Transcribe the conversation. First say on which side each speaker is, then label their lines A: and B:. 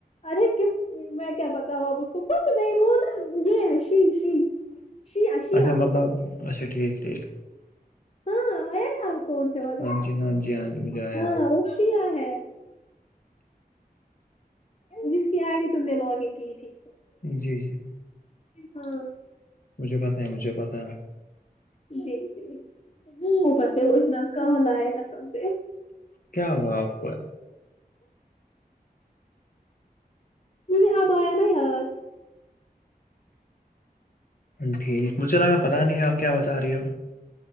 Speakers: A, on the left; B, on the left.
A: ارے کس میں کیا بتاؤ اب اس کو کچھ نہیں وہ نا یہ ہے شی شی شیعہ شیعہ
B: اچھا مطلب اچھا ٹھیک ٹھیک
A: ہاں آیا یاد کون سے والے
B: ہاں جی ہاں جی ہاں جی مجھے آیا
A: ہاں
B: یاد۔
A: وہ شیا ہے جس کی آئی ڈی تم نے لاگ کی تھی
B: جی جی
A: ہاں
B: مجھے پتاہ ہے مجھے پتاہ ہے
A: جی جی اوپر سے وہ اتنا کہالئے گ سم سے
B: کیا ہوا آپ کو
A: مجھے اب آیا نا یار
B: جی مجھے لگا پتا نہیں آپ کیا بتا رہی ہو